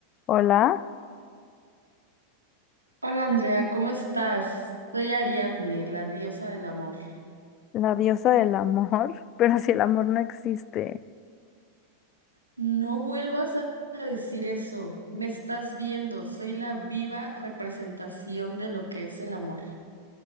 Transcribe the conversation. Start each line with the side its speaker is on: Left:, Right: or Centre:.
Left: Hola,
Right: Hola Andrea, ¿cómo estás? Soy Ariadne, la diosa del amor.
Left: la diosa del amor, <laughs> pero si el amor no existe.
Right: No vuelvas a a decir eso. Me estás viendo. Soy la viva representación de lo que es el amor.